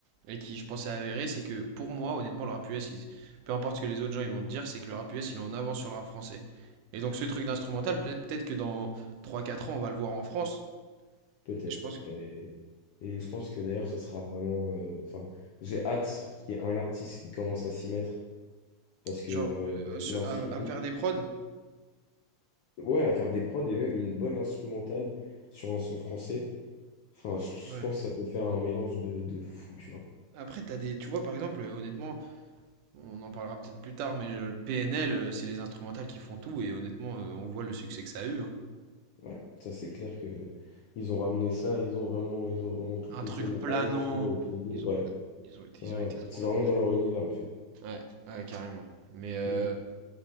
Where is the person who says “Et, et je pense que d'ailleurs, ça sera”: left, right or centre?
Left